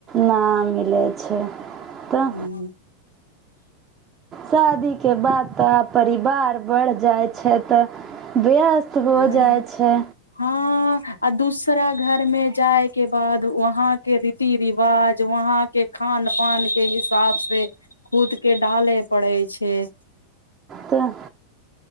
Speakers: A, on the right; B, on the left.
A: नहि मिलै छै तऽ
B: हूँ
A: शादी के बाद तऽ परिवार ब जाइ छै तऽ व्यस्त हो
B: हूँ
A: जाइ छै
B: हँ आ दूसरा घर मे जाय के बाद वहां के रीति रिवाज वहां के खान पान के हिसाब से खुद के ढ़िले पड़े छै
A: तऽ